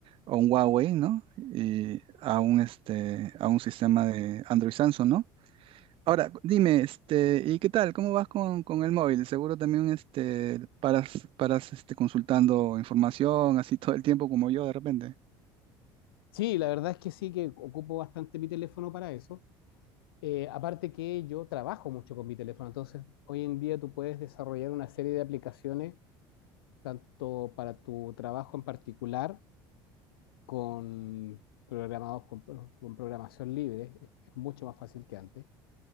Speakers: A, on the right (about 50°); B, on the left (about 85°).
A: o un Huawei, ¿no? Y a un este, a un sistema de Android Samsung, ¿no? Ahora, dime, este, ¿y qué tal? ¿Cómo vas con, con el móvil? Seguro también este paras, paras este, consultando información así todo el tiempo como yo de repente.
B: Sí, la verdad es que sí que ocupo bastante mi teléfono para eso. Eh, aparte que yo trabajo mucho con mi teléfono, entonces hoy en día tú puedes desarrollar una serie de aplicaciones, tanto para tu trabajo en particular, con programados con, pro- con programación libre, es, es mucho más fácil que antes,